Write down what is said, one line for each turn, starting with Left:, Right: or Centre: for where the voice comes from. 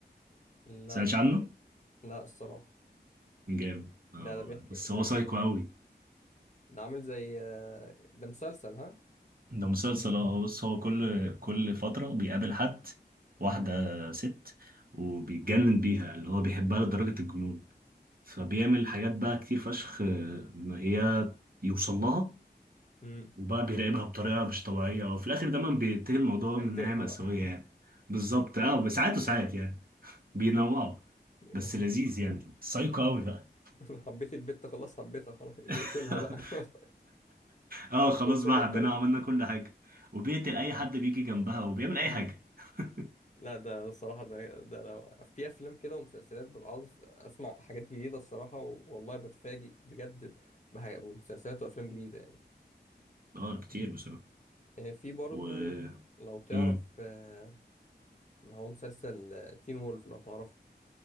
Left: لا
Right: سمعتش عنه
Left: لا الصراحة
Right: جامد اه
Left: ده ده بيحكي
Right: بس
Left: ده
Right: هو سايكو قوي
Left: ده عامل زي آه، ده مسلسل ها؟
Right: ده مسلسل اه بص هو كل كل فترة بيقابل حد واحدة
Left: امم
Right: ست وبيتجنن بيها اللي هو بيحبها لدرجة الجنون فبيعمل حاجات بقى كتير فشخ آه، ان هي يوصل لها
Left: امم
Right: وبقى بيراقبها بطريقة مش طبيعية وفي الآخر دايما بينتهي الموضوع
Left: قتلها
Right: من نهاية مأساوية
Left: بقى
Right: يعني بالظبط اه بس ساعات وساعات يعني بينوعوا
Left: <laughs>
Right: بس لذيذ يعني سايكو قوي بقى
Left: <laughs> حبيت البت خلاص حبيتها خلاص نقتلها
Right: <laughs>
Left: بقى <laughs>
Right: اه
Left: وصلنا
Right: خلاص بقى
Left: التارجت
Right: حبينا عملنا كل حاجة وبيقتل أي حد بيجي جنبها وبيعمل أي
Left: مم.
Right: حاجة <laughs>
Left: لا ده الصراحة ده ده لو في أفلام كده ومسلسلات ببقى عاوز أسمع حاجات جديدة الصراحة و- والله بتفاجئ بجد بح- بمسلسلات وأفلام جديدة يعني
Right: اه كتير بصراحة
Left: آه، في برضو
Right: و
Left: لو تعرف
Right: مم.
Left: آه، إن هو مسلسل آه، تين وولف لو تعرفه